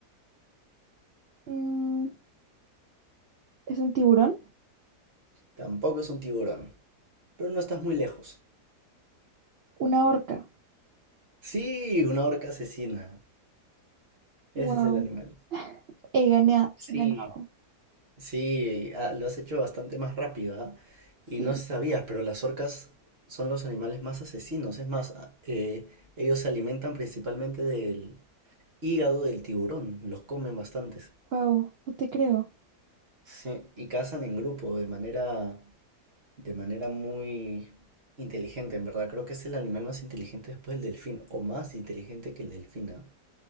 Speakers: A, on the right; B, on the right.
A: Mm, ¿es un tiburón?
B: Tampoco es un tiburón. Pero no estás muy lejos.
A: ¿Una orca?
B: Sí, una orca asesina.
A: Wow.
B: Ese es el animal.
A: He ganea-
B: Sí.
A: ganado.
B: Sí, ah, lo has hecho bastante más rápido, ¿ah? Y
A: Sí.
B: no sabías, pero las orcas son los animales más asesinos. Es más, ah, eh, ellos se alimentan principalmente del hígado del tiburón, los comen bastantes.
A: Wow. No te creo.
B: Sí, y cazan en grupo de manera, de manera muy inteligente, en verdad. Creo que es el animal más inteligente después del delfín, o más inteligente que el delfín, ¿ah?